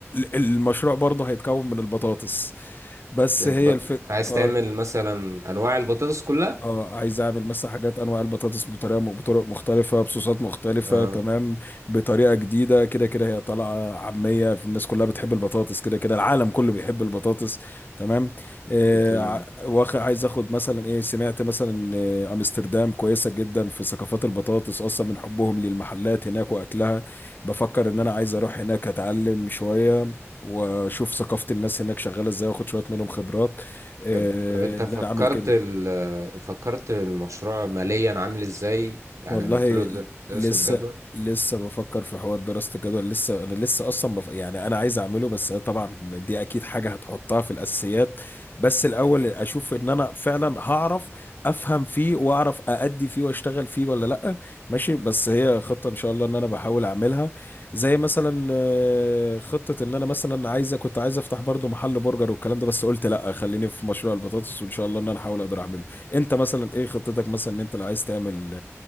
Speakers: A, on the left; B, on the right.
A: المشروع برضو هيتكون من البطاطس بس
B: الب...
A: هي
B: انت
A: الفكرة
B: عايز تعمل مثلا انواع البطاطس كلها
A: اه عايز اعمل مثلا حاجات انواع البطاطس بطريقه بطرق مختلفه بصوصات مختلفه
B: اه
A: تمام بطريقه جديده كده كده هي طالعه عاميه في الناس كلها بتحب البطاطس كده كده العالم كله بيحب البطاطس تمام آه
B: بتل...
A: ع- واخ عايز اخد مثلا ايه سمعت مثلا ان آه، امستردام كويسه جدا في ثقافات البطاطس اصلا من حبهم للمحلات هناك واكلها بفكر ان انا عايز اروح هناك اتعلم شويه واشوف ثقافه الناس هناك شغاله ازاي واخد شويه منهم خبرات آه
B: طب طب انت
A: ان
B: فكرت
A: انا اعمل كده
B: ال... فكرت المشروع ماليا عامل ازاي يعني
A: والله
B: عملت له در- دراسة
A: لسه
B: جدوى
A: لسه بفكر في حوار دراسة الجدول لسه انا لسه اصلا بف... يعني انا عايز اعمله بس طبعا دي اكيد حاجة هتحطها في الاساسيات بس الاول اشوف ان انا فعلا هعرف افهم فيه واعرف اادي فيه واشتغل فيه ولا لا ماشي بس هي خطة ان شاء الله ان انا بحاول اعملها زي مثلا آه، خطة ان انا مثلا عايزة كنت عايز افتح برضو محل برجر والكلام ده بس قلت لا خليني في مشروع البطاطس وان شاء الله ان انا احاول اقدر اعمله انت مثلا ايه خطتك مثلا ان انت لو عايز تعمل